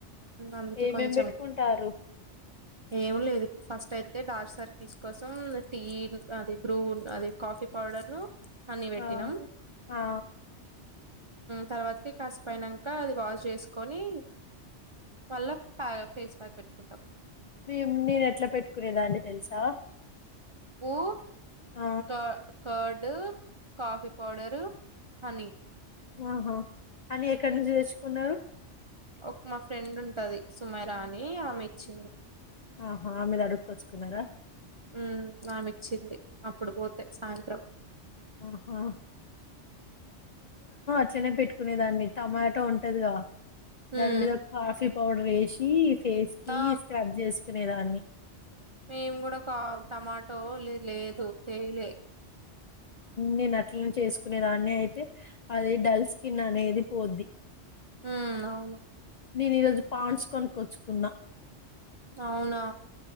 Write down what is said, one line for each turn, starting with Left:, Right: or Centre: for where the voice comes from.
Right: అందుకే
Left: ఏమేం
Right: కొంచెం
Left: పెట్టుకుంటారు
Right: ఏమి లేదు ఫస్ట్ అయితే అయితే డార్క్ సర్కిల్స్ కోసం టీ అది బ్రూ అది కాఫీ పౌడర్ ను అన్ని పెట్టినం
Left: ఆ ఆ
Right: తర్వాతకి కాస్ పోనాంక అది వాష్ చేసుకొని మళ్ళా ప ఫేస్ ప్యాక్ పెట్టుకుంటాం
Left: మేము నేను ఎట్లా పెట్టుకునేదాన్ని తెలుసా
Right: ఊ
Left: ఆ
Right: క కర్డ్ కాఫీ పౌడరు హనీ
Left: ఆహా అంటే చేసుకునా <unintelligible>
Right: ఒక మా ఫ్రెండ్ ఉంటది సుమేరా అని ఆమె ఇచ్చింది
Left: ఆహా మీద అడుగొచ్చుకున్నారా
Right: మ్మ్ ఆమె ఇచ్చింది అప్పుడు పోతే సాయంత్రం
Left: ఆహా వచ్చనే పెట్టుకునే దాన్ని టమాటో ఉంటదిగద దాని
Right: మ్మ్.
Left: మీద కాఫీ పౌడ్రేషి ఫేస్ కి
Right: ఆ
Left: స్క్రబ్ చేసు నేదాన్ని
Right: మేం కూడా కా టమాటో లే లేదు తేయలే
Left: నేను అట్ల చేసుకునే దాన్ని అయితే అది డల్స్ తిన్న అనేది పోద్ది
Right: హ అవును
Left: నేను ఈరోజు పాండ్స్ కొనకచ్చుకున్నా
Right: అవునా